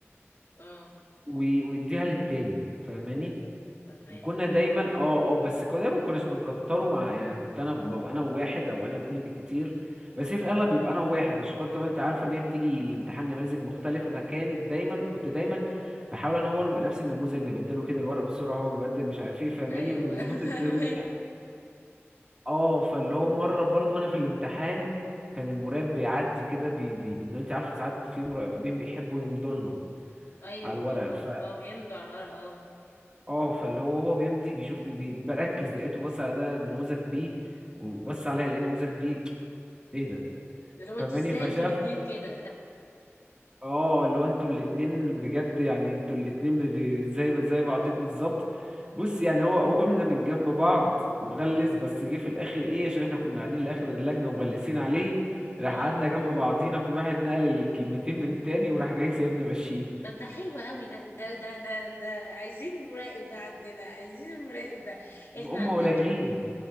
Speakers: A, on the left; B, on the right.
A: اه
B: وي- ويديها للتاني فاهماني
A: فهماك
B: وكنا دايما اه اه بس كنا دايما كناش بنكتره ع- يعني كنت انا ببقى انا وواحد او انا اتنين بكتير بس هي في الاغلب بيبقى انا وواحد عشان خاطر ما انت عارفه ان هي بتيجي الامتحان نماذج مختلفه فكانت دايما كنت دايما بحاول انا هو نبقى نفس النموذج نبدله كده الورق بسرعه هو بيبدل مش عارف ايه فاهماني
A: ايوه
B: بنظبط
A: <laughs> فهماك
B: الدنيا اه فاللي هو مره برضو وانا في الامتحان كان المراقب بيعدي كده بي بي ان انت عارف ساعات في مراقبين بيحبوا يمضوا لنا
A: ايوه
B: على الورق
A: بم
B: ف
A: اه بيمضوا على الورق اه
B: اه فاللي هو هو بيمضي بيشوف بي بي بركز لقيته بص على ده نموذج بي وبص عليا لقيت نموذج بي ايه ده
A: اللي هو
B: فماني
A: انتوا ازاي
B: فشاف
A: انتوا الاتنين كده
B: اه لو انتوا الاتنين بجد يعني انتوا الاتنين بت- زي زي بعضكم بالظبط بص يعني هو قومنا من جنب بعض وغلس بس جه في الاخر ايه عشان احنا كنا قاعدين لاخر اللجنه ومغلسين عليه
A: <laughs>
B: راح
A: اه
B: قعدنا جنب بعضينا كل واحد نقل الكلمتين من تاني وراح جاي سايبنا ماشيين
A: طب ده حلو قوي ده ده ده ده ده عايزين المراقب ده عندنا عايزين المراقب ده احنا
B: هما
A: عندنا
B: قليلين